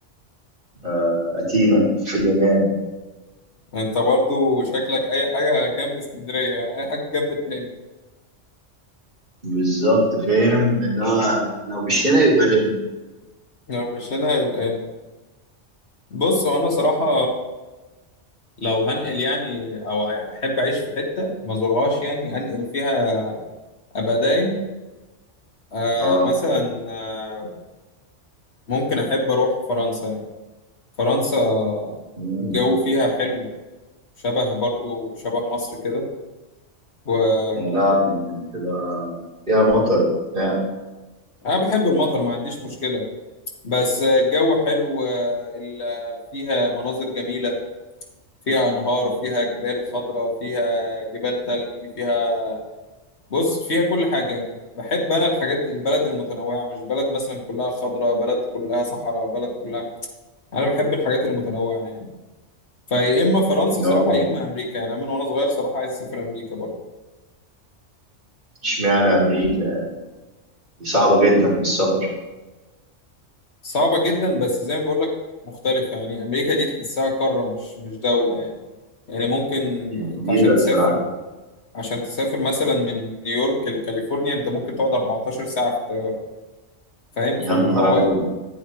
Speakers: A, on the right; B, on the left.
A: آه، أثينا في اليونان
B: يعني انت برضو شكلك اي حاجة جنب اسكندرية يعني اي حاجة جنب التاني
A: بالظبط فاهم اللي هو لو مش هنا يبقى هنا
B: لو مش هنا يبقى هنا بص هو انا صراحة لو هنقل يعني او احب اعيش في حته ما زورهاش يعني انقل فيها ابقى دايم آه
A: اه
B: مثلا آه ممكن احب اروح فرنسا يعني فرنسا
A: مم.
B: الجو فيها حلو شبه برضو شبه مصر كده و
A: اللعب بتبقى فيها مطر بتاع
B: انا بحب المطر ما عنديش مشكله بس الجو حلو آه، ال- فيها مناظر جميله فيها انهار فيها جبال خضراء فيها جبال تلج فيها بص فيها كل حاجة يعني بحب أنا الحاجات البلد المتنوعة مش بلد مثلا كلها خضراء بلد كلها صحراء بلد كلها أنا بحب الحاجات المتنوعة يعني فيا إما فرنسا
A: إن
B: صراحة
A: هو
B: يا إما أمريكا يعني. أنا من وأنا صغير صراحة عايز أسافر أمريكا برضه
A: اشمعنى أمريكا دي صعبة جدا في السفر
B: صعبة جدا بس زي ما بقول لك مختلفة يعني أمريكا دي تحسها قارة مش مش دولة يعني يعني ممكن
A: كبيرة
B: أنت عشان
A: الصراحة
B: تسافر عشان تسافر مثلا من نيويورك لكاليفورنيا أنت ممكن تقعد 14 ساعة في الطيارة فاهم
A: يا
B: فاللي
A: نهار
B: هو
A: أبيض